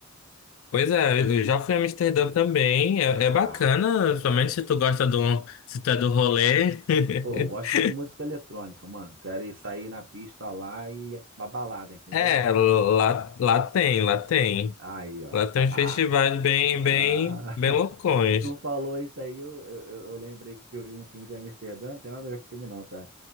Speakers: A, on the left (about 70°); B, on the right (about 60°).
A: Pois é, eu já fui a Amsterdã também. É,
B: Ah,
A: é bacana,
B: pô,
A: somente se tu gosta do, se tu é do rolê.
B: pô, eu gosto
A: <laughs>
B: de música eletrônica, mano. Quero ir sair na pista lá e ir pra balada, entendeu?
A: É, lá, lá tem, lá tem.
B: Aí, ó.
A: Lá tem
B: <laughs>
A: uns festivais bem,
B: Ah,
A: bem, bem
B: <laughs>
A: loucões.
B: tu falou isso aí, eu, eu, eu lembrei que eu vi um filme de Amsterdã, não tem nada a ver com o filme não, tá?